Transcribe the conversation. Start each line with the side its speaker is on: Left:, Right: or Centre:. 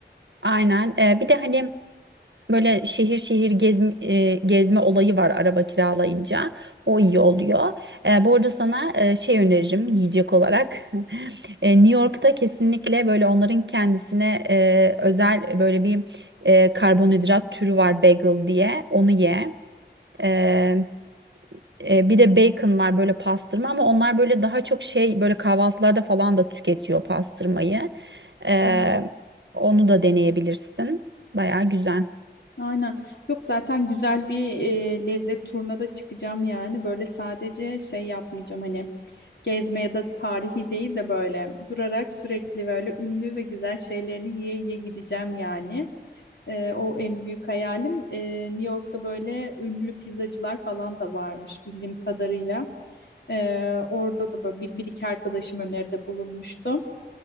Right: aynen. E, bir de hani böyle şehir şehir gezme, gezme olayı var araba kiralayınca. O iyi oluyor. E, bu arada sana e, şey öneririm yiyecek olarak. <laughs> E, New York'ta kesinlikle böyle onların kendisine e, özel böyle bir e, karbonhidrat türü var bagel diye. Onu ye. E, e, bir de bacon var böyle pastırma ama onlar böyle daha çok şey böyle kahvaltılarda falan da tüketiyor pastırmayı. E,
Left: Evet.
Right: onu da deneyebilirsin. Baya güzel.
Left: Aynen. Yok zaten güzel bir e, lezzet turuna da çıkacağım yani. Böyle sadece şey yapmayacağım hani. Gezme ya da tarihi değil de böyle durarak sürekli böyle ünlü ve güzel şeylerini yiye yiye gideceğim yani. Ee, o en büyük hayalim. Ee, New York'ta böyle ünlü pizzacılar falan da varmış bildiğim kadarıyla. Ee, orada da böyle bir, bir iki arkadaşım öneride bulunmuştu.